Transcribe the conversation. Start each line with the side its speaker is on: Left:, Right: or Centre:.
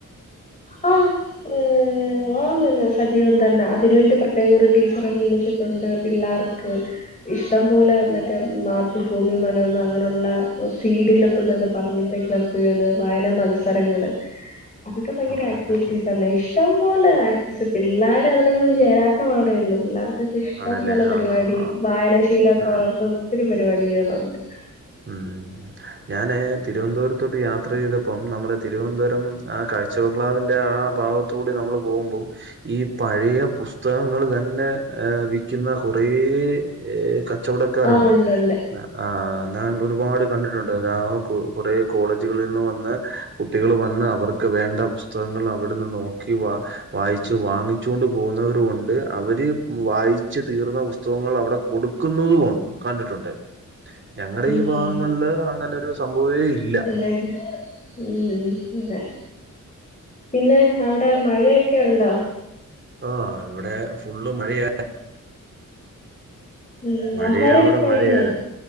Left: ആഹ് ഏ് ഓന്നന്നെ സജീവം തന്നെ അതിന് വേണ്ടി പ്രത്യേകം ഒരു ടീച്ചറെ നിയമിച്ചിട്ടുണ്ട് പിള്ളാർക്ക് ഇഷ്ട്ടം പോലെ മറ്റേ മാതൃഭൂമി മനോരമ അങ്ങനെഉള്ള സീഡ് ക്ലബ്ബ് ന്നൊക്കെ പറഞ്ഞിട്ട് ഈ ക്ലബ് ബ്ബ്കള് വായനാ മത്സരങ്ങള് അതൊക്കെ ഭയങ്കര
Right: ആഹ്
Left: ആക്ടിവിറ്റീസ്
Right: ആഹ് ആഹ്
Left: അല്ലെ ഷ് ഇഷ്ട്ടം പോലെ ആക്റ്റീസ് പിള്ളാരതിനൊന്നും ചേരാത്ത വാടെഒള്ളൂ പിള്ളേര്- ക്കെ ഇഷ്ടം
Right: ആണല്ലേ
Left: പോലെ പരിപാടി
Right: ആഹ് ആഹ് ആഹ്
Left: വായനാ ശീലം ഒക്കെ
Right: ആഹ്
Left: വളർത്ത്ണ ഒത്തിരി പരിപാടികളുണ്ട്
Right: ഉം ഞാന് തിരുവനന്തപുരത്തോട്ട് യാത് ത്രയ്തപ്പം നമ്മുടെ തിരുവന്തപുരം ആ കാഴ്ചബംഗ്ലാവിന്റെ ആ ഭാഗത്തൂടെ നമ്മള് പോകുമ്പോം ഈ പഴയ പുസ്തകങ്ങള് തന്നെ എ് വിറ്റ് ക്കുന്ന കാെറെ ഏ് കച്ചവടക്കാരുണ്ട്
Left: ആഹ് ഉണ്ട് ഉണ്ട്
Right: ന്നാ ആഹ് ന്നമ്മ്ള് ഒരുപാട് കണ്ടിട്ടുണ്ട് എല്ലാ ബുക്കുകളും കാെറെ കോളേജ്കളിൽ നിന്ന് വന്നെ കുട്ടികള് വന്ന് അവർക്ക് വേണ്ട പുസ്തകങ്ങള് അവിട് ന്ന് നോക്കി വാ വായിച്ച് വാങ്ങി ച്ചോണ്ട് പോകുന്നവരും ഉണ്ട് അവര് വായിച്ച് തീർന്ന പുസ്തകങ്ങൾ അവടെ കൊടുക്കുന്നതും ഒണ്ട് കണ്ടിട്ടുണ്ട് ഞങ്ങളെ
Left: ഉം
Right: ഈ ഭാഗങ്ങളില് അങ്ങനെ ഒരു സംഭവേ ഇല്ല
Left: ല്ലേ ഇല്ല ഉം അതെ പിന്നെ അവിടെ മഴയൊക്കെ ഉണ്ടോ?
Right: ആ് ഇവിടെ ഫുള്ള് മഴയ
Left: ഉം
Right: മഴയോടെ
Left: ആഹാരമൊക്കെ കഴിഞ്ഞോ
Right: മഴയായിരുന്നു.